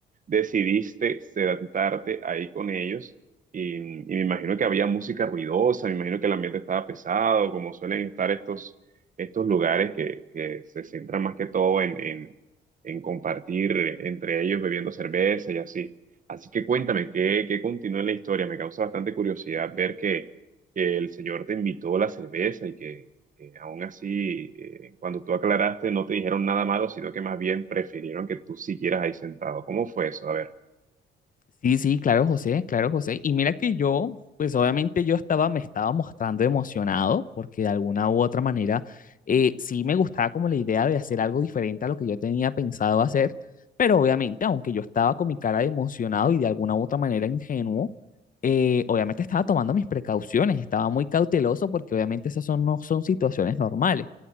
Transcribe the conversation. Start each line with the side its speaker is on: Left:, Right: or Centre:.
Right: decidiste sentarte ahí con ellos y, y me imagino que había música ruidosa, me imagino que el ambiente estaba pesado, como suelen estar estos, estos lugares que, que se centran más que todo en, en, en compartir entre ellos bebiendo cerveza y así. Así que cuéntame, ¿qué, qué continúa en la historia? Me causa bastante curiosidad ver que, que el Señor te invitó la cerveza y que, eh, aún así, eh, cuando tú aclaraste, no te dijeron nada malo, sino que más bien prefirieron que tú siguieras ahí sentado. ¿Cómo fue eso? A ver.
Left: Sí, sí, claro, José, claro, José. Y mira que yo, pues obviamente yo estaba, me estaba mostrando emocionado porque de alguna u otra manera eh, sí me gustaba como la idea de hacer algo diferente a lo que yo tenía pensado hacer, pero obviamente aunque yo estaba con mi cara de emocionado y de alguna u otra manera ingenuo, eh, obviamente estaba tomando mis precauciones, estaba muy cauteloso porque obviamente esas son, no son situaciones normales.